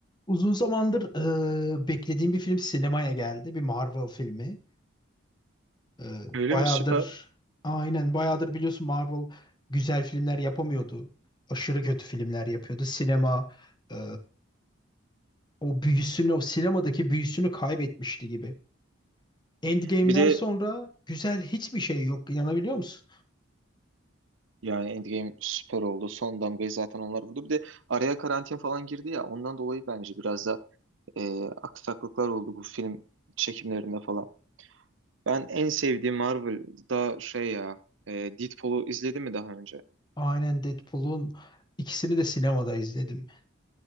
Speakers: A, on the left; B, on the right.
A: Uzun zamandır e, beklediğim bir film sinemaya geldi. Bir Marvel filmi. E,
B: Öyle
A: bayağıdır
B: mi? Süper.
A: aynen bayağıdır biliyorsun Marvel güzel filmler yapamıyordu. Aşırı kötü filmler yapıyordu. Sinema e, o büyüsünü, o sinemadaki büyüsünü kaybetmişti gibi. Endgame'den
B: Bir de
A: sonra güzel hiçbir şey yok. inanabiliyor musun?
B: yani Endgame süper oldu. Son damgayı zaten onlar vurdu. Bir de araya karantin falan girdi ya. Ondan dolayı bence biraz da e, aksaklıklar oldu bu film çekimlerinde falan. Ben en sevdiğim Marvel'da şey ya e, Deadpool'u izledim mi daha önce?
A: Aynen Deadpool'un ikisini de sinemada izledim.